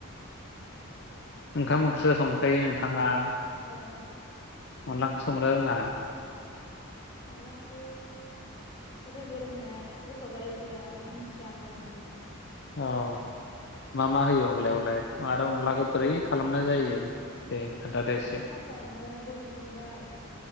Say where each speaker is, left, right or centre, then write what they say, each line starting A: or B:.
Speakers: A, on the left (about 50°); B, on the left (about 20°).
A: ओंखाम ओंख्रिया संखायो नोंथाङा
B: ओं
A: अनला ओंखिरि' संनो रोङा
B: अनला ओंख्रि रोंडो रोंनाया गोथाव जायो जाया मिथिया आ होनलायमोन आरो
A: औ मा मा होयो अनलायावलाय आरो अनलाखौ बोरै खालामनाय जायो दे खोन्थादो
B: अनलाखौ
A: एसे
B: फार्स्टआवनो दै फुदुंबाय